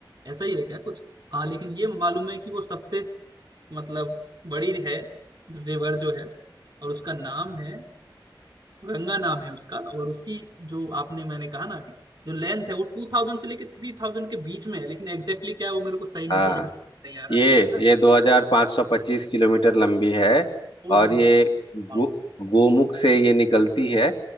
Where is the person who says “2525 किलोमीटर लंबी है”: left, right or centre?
Left